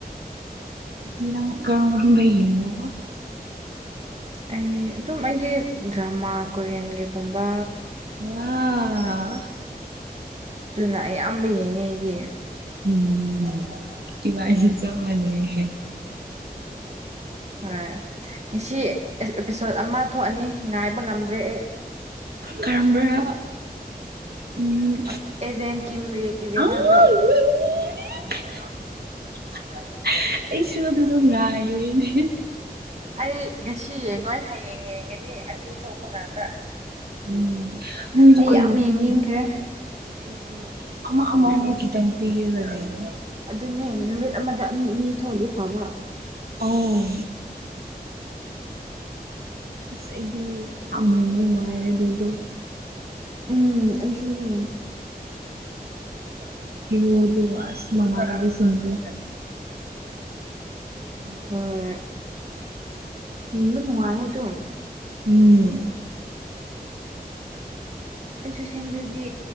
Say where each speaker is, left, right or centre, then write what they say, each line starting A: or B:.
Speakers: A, on the right; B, on the right.
A: ꯀꯔꯝ ꯀꯔꯨꯝ ꯍꯩꯗ
B: ꯑꯩ ꯑꯗꯨꯝ ꯑꯩꯒꯤ ꯗ꯭ꯔꯃꯥ ꯀꯣꯔꯤꯌꯟꯒꯤꯒꯨꯝꯕ
A: ꯑ
B: ꯑꯗꯨꯅ ꯑꯌꯥꯝꯕ ꯌꯦꯡꯉꯦꯗꯤ
A: ꯎꯝ ꯇꯗꯤꯋꯥꯂꯤ ꯆ ꯃꯥꯅꯦ ꯍ
B: ꯑ ꯉꯁꯤ ꯑꯦꯄꯤꯁꯣꯠ ꯑꯃ ꯊꯣꯛꯑꯅꯤ ꯉꯥꯏꯕ ꯉꯝꯗ꯭ꯔꯦ ꯑꯩ
A: ꯀꯔꯝꯕꯔ ꯎꯝ
B: ꯑꯁ ꯑꯦꯖꯦꯟ ꯀꯤꯝ ꯔꯤꯑꯦꯛꯇꯤꯚꯦꯠ
A: ꯑ ꯑꯩꯁꯨ
B: ꯍꯥꯏꯕꯗꯣ
A: ꯑꯗꯨ ꯑꯗꯨ ꯉꯏꯅꯦ
B: ꯑꯩ ꯉꯁꯤ ꯌꯦꯡꯉꯣꯏ ꯍꯌꯦꯡ ꯌꯦꯡꯒꯅꯤ ꯑꯅꯤ ꯊꯣꯛꯄ ꯀꯥꯟꯗ
A: ꯎꯝ ꯃꯣꯏꯗꯨ
B: ꯑꯩ
A: ꯀ
B: ꯌꯥꯝ ꯌꯦꯡꯅꯤꯡꯈ꯭ꯔꯦ
A: ꯑꯩꯁꯨ ꯑꯃ ꯑꯃ ꯑꯃꯛ ꯈꯤꯇꯪ ꯄꯤꯒꯗ ꯂꯩꯅꯤ
B: ꯑꯗꯨꯅꯦ ꯅꯨꯃꯤꯠ ꯑꯃꯗ ꯑꯅꯤ ꯑꯅꯤ ꯊꯣꯛꯑꯜꯂꯤ ꯐꯕ
A: ꯑꯣ ꯑꯁ ꯑꯩꯗꯤ ꯌꯥꯝ ꯌꯦꯡꯕ ꯅꯨꯡꯉꯥꯏꯌꯦ ꯑꯗꯨꯗꯣ
B: ꯎꯝ ꯑꯩꯁꯤꯅꯦ
A: <inaudible> ꯏꯔꯣ ꯑꯁꯃꯃꯥꯅꯕꯤꯁꯗ ꯑꯝꯕ
B: ꯍꯣꯏ
A: ꯁꯤꯦ
B: ꯌꯦꯡꯕ ꯅꯨꯡꯉꯥꯏꯌꯦ ꯑꯗꯨꯝ
A: ꯎꯝ
B: ꯑꯩꯁꯨ ꯁꯦꯝꯕꯗꯤ